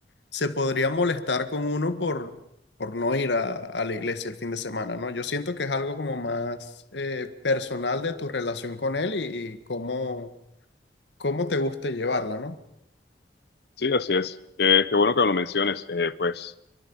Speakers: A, on the left; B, on the left.
A: se podría molestar con uno por, por no ir a, a la iglesia el fin de semana, ¿no? Yo siento que es algo como más eh, personal de tu relación con él y, y cómo, cómo te guste llevarla, ¿no?
B: Sí, así es. Qué, qué bueno que lo menciones. Eh, pues